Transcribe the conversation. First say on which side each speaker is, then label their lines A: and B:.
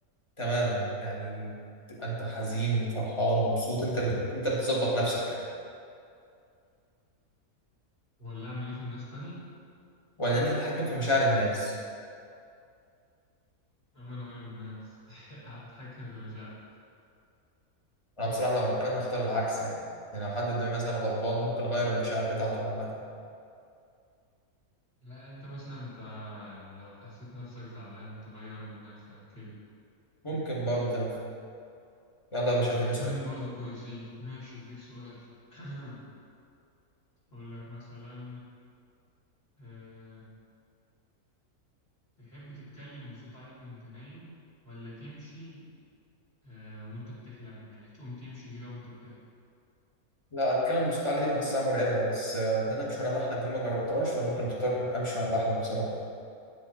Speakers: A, on the left; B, on the left.
A: تماما يعني تبقى انت حزين فرحان مبسوط انت اللي انت اللي تظبط نفسك يعني
B: ولا أعمل إيه في الناس تاني؟
A: ولا انت تتحكم في مشاعر الناس
B: أما أنا مالي بالناس <laughs> هتحكم في مشاعري
A: انا بصراحه لو مكانك هختار العكس يعني يعني لو حد قدامي مثلا غضبان ممكن اغير المشاعر بتاعته عامه
B: لا أنت مثلا أنت يعني لو حسيت نفسك زعلان تغير من نفسك كده
A: ممكن برضو تنفع يلا يا باشا اديني
B: الاتنين
A: سؤال
B: برضو كويسين ماشي أديك سؤال <clears throat> أقول لك مثلا أه... تحب تتكلم بصوت عالي وأنت نايم ولا تمشي أه... وأنت بتحلم يعني تقوم تمشي كده وأنت بتحلم
A: لا اتكلم بصوت عالي دي بحسها مرعبه بس آه، ان انا امشي وانا بحلم دي ما جربتهاش فممكن اختار امشي وانا بحلم بصراحه